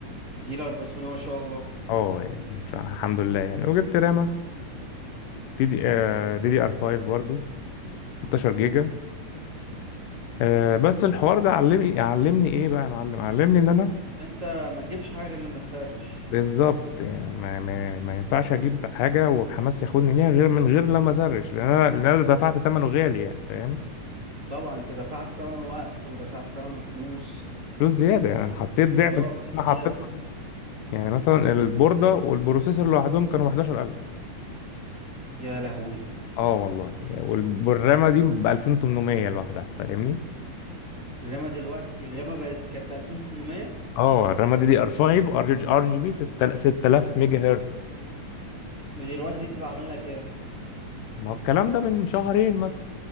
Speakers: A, on the right; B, on the left.
A: جيلر بسم الله ما شاء الله
B: اه يعني إن شاء- الحمد لله يعني وجبت رامة دي دي دي ار 5 برضو 16 جيجا آه، بس الحوار ده علمني علمني ايه بقى يا معلم علمني ان انا
A: انت ما تجيبش حاجه غير لما تسرش
B: بالظبط يعني ما, ما, ما ينفعش اجيب حاجه وحماس ياخدني ليها غير من غير لما اسرش لان انا لان انا دفعت ثمنه غالي يعني فاهم
A: طبعا انت دفعت ثمن وقت ودفعت ثمن فلوس
B: فلوس زياده يعني انا حطيت ضعف
A: اه
B: الفلوس
A: فلوس
B: اللي انا
A: زياده
B: حطيتها دي. يعني مثلا البورده والبروسيسور لوحدهم كانوا ب 11000
A: يا لهوي
B: اه والله وال- والرامه دي ب 2800 لوحدها فاهمني
A: الرما دلوقتي الرما بقت كانت ب 2800
B: اه الرامه دي دي ار 5 ار جي ار جي بي 6000 ميجا هرتز
A: ودلوقتي دي تبقى عامله لها كام
B: ما هو الكلام ده من شهرين مثلا